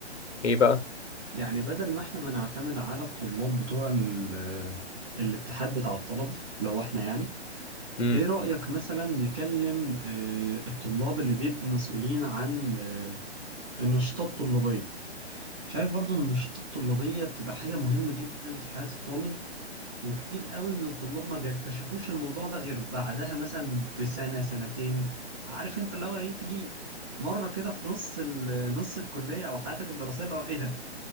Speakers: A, on the left; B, on the right.
A: ايه بقى
B: يعني بدل ما احنا ما نعتمد على الطلاب بتوع ال- آه، الاتحاد بتاع الطلبة لو احنا يعني
A: امم
B: ايه رأيك مثلا نكلم آه، الطلاب اللي بيبقوا مسؤولين عن آه، النشاطات الطلابية شايف برضو ان النشاطات الطلابية بتبقى حاجة مهمة جدا في حياة الطالب وكتير قوي من الطلاب ما بيكتشفوش الموضوع ده غير بعدها مثلا بسنة سنتين عارف انت اللي هو ايه تيجي مرة كده في نص ال- نص الكلية او حياتك الدراسية اللي هو ايه ده